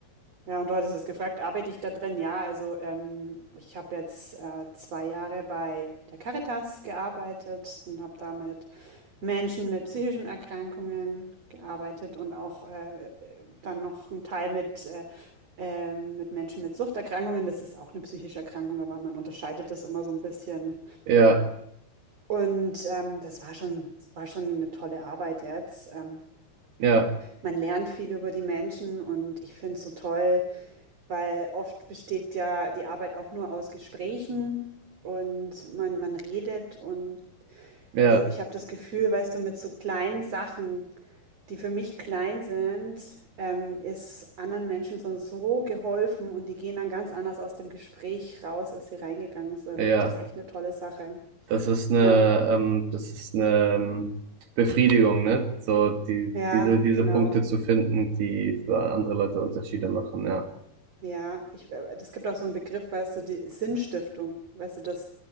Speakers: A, on the right; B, on the right.
A: Ja, und du hattest es gefragt, arbeite ich da drin? Ja, also ähm, ich habe jetzt äh, zwei Jahre bei der Caritas gearbeitet und habe da mit Menschen mit psychischen Erkrankungen gearbeitet und auch äh, dann noch einen Teil mit, äh, äh, mit Menschen mit Suchterkrankungen. Das ist auch eine psychische Erkrankung, aber man unterscheidet das immer so ein bisschen.
B: Ja,
A: Und ähm, das war schon, das war schon eine tolle Arbeit jetzt. Ähm,
B: ja,
A: man lernt viel über die Menschen und ich finde es so toll weil oft besteht ja die Arbeit auch nur aus Gesprächen und man, man redet und
B: ja,
A: äh, ich habe das Gefühl, weißt du, mit so kleinen Sachen, die für mich klein sind, ähm, ist anderen Menschen schon so geholfen und die gehen dann ganz anders aus dem Gespräch raus, als sie reingegangen sind.
B: ja.
A: Das ist echt eine tolle Sache.
B: Das ist eine,
A: Ja,
B: ähm, das ist eine ähm, Befriedigung, ne? So die,
A: ja,
B: diese, diese
A: genau.
B: Punkte zu finden, die für andere Leute Unterschiede machen, ja.
A: Ja, ich, äh, das gibt auch so einen Begriff, weißt du, die Sinnstiftung, weißt du, dass,